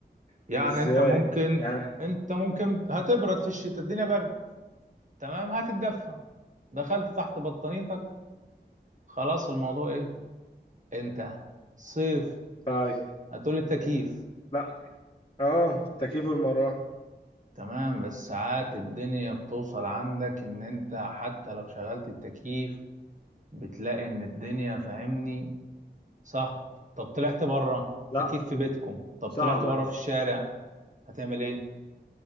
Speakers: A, on the right (about 45°); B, on the left (about 25°).
A: يعني
B: ازاي
A: انت ممكن
B: يعني
A: انت ممكن هتبرد في الشتاء الدنيا برد تمام هتتدفى دخلت تحت بطانيتك خلاص الموضوع ايه انتهى صيف
B: طيب
A: هتقول التكييف
B: لا اه تكييف المروحه
A: تمام بس ساعات الدنيا بتوصل عندك ان انت حتى لو شغلت التكييف بتلاقي ان الدنيا فاهمني صهد طب طلعت بره
B: لا
A: تكييف في بيتكم طب طلعت
B: صعبه
A: بره في الشارع هتعمل ايه